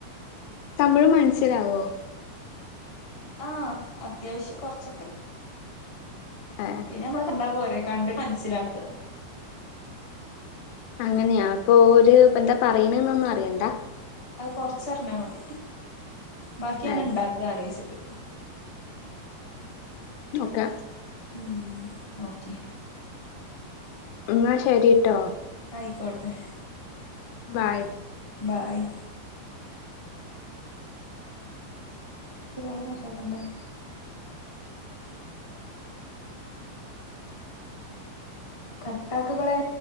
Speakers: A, on the left; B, on the left.
A: തമിഴ് മനസ്സിലാവോ
B: ആഹ് അത്യാവശ്യ കുറച്ചൊക്കെ
A: ഏഹ്
B: പിന്നെ അമ്മള് കണ്ടാ പോരെ കണ്ട് മനസ്സിലാക്ക
A: അങ്ങനെയാ അപ്പൊ ഓര് പ്പന്താ പറയണന്നൊന്നും അറിയണ്ട
B: അത് കൊർച്ചറിഞ്ഞാ മതി ബാക്കിയാണ്
A: ഏഹ്
B: ഉണ്ടാക്ക ആലോയിച്ചിട്ട്
A: ഓക്കേ
B: മ്ഹ് ഓക്കെ.
A: എന്ന ശരീട്ടോ
B: ആയിക്കോട്ടെ
A: ബായ്
B: ബായ് പിന്നെ അവ്ടെ <unintelligible> കണ്ടേ കട്ടാക്ക് ബളെ